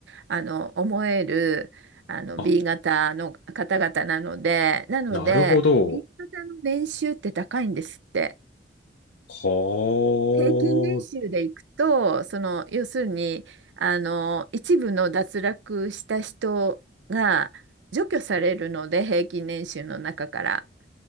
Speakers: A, on the right; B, on the left.
A: あの思えるあの
B: あ
A: B 型の方々なので、なので、
B: なるほど。
A: B 型の年収って高いんですって。
B: は
A: 平均年収でいくと、その要するにあの一部の脱落した人が除去されるので、平均年収の中から。